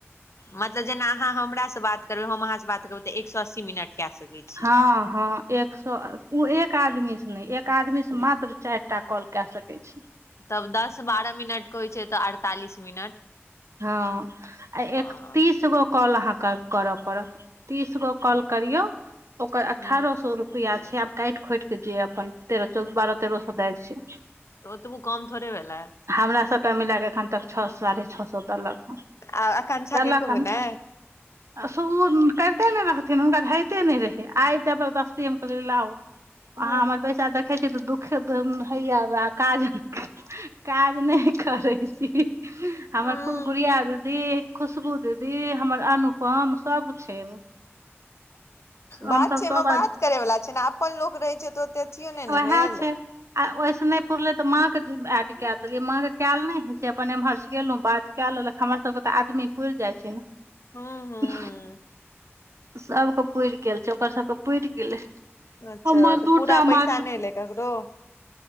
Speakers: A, on the left (about 75°); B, on the right (about 85°).
A: मतलब जेना अहाँ हमरासे बात करबै हम अहाँसे बात करब तऽ एक सौ अस्सी मिनट। कए सकै छी
B: हँ हँ। एक सौ, ओ एक आदमीसे नहि एक आदमीसे मात्र चारिटा कॉल कए सकै छि।
A: तब, दस बारह मिनटके होइ छै तऽ अड़तालीस मिनट?
B: हँ, आ
A: ह
B: एक तीसगो कॉल अहाँकेँ करय पड़त। तीसगो कॉल
A: ह
B: करियौ ओकर अठारह
A: तऽ
B: सए रुपआ छै, आब काटि खोटि केऽ जे अपन। तेरह सऽ बारह, तेरह सऽ एगारह अरब जाय
A: ओतबो कम थोड़े भेलै
B: छै। हमरा सभटा मिलाक एखन तक छओ साढ़े छओ सऽ सत लाखतार
A: आ आकांक्षा
B: लाख
A: के कहू
B: खन
A: ने
B: <unintelligible> ओ करितेने रहथिन हुनका हइते नहि रहै आइ एते जबदस्ती लौ
A: ह
B: अहाँ हमर पैसा देखै छी तऽ दुःख। खदम हइयब काज काज नहि करै छै हमर
A: ह
B: खूब गुड़िया दीदी, खुशबू दीदी, हमर अनुपम सभ छै हमसब
A: बात छै, एहिमे
B: सब
A: बात करे वला छै, ने अपन लोक रहै छै तऽ ओते अथियो नहि
B: उएह
A: ने भेल।
B: छै आ ओहिस नहि पुरले ते माँ के अड्ड कऽ देले माँ के कयल ने छै अपन एम्हर। गेलहु बात कऽ लेलक हमरा सभके तऽ आदमी पुर जाइ छै ने।
A: हूँ हूँ हूँ
B: सभके पुुरि गेल छै, ओकर सभके पुुरि गेलै।
A: अच्छा
B: हमर
A: तऽ
B: दूटा
A: पूरा पैसा
B: मात्र
A: नहि एले ककरो?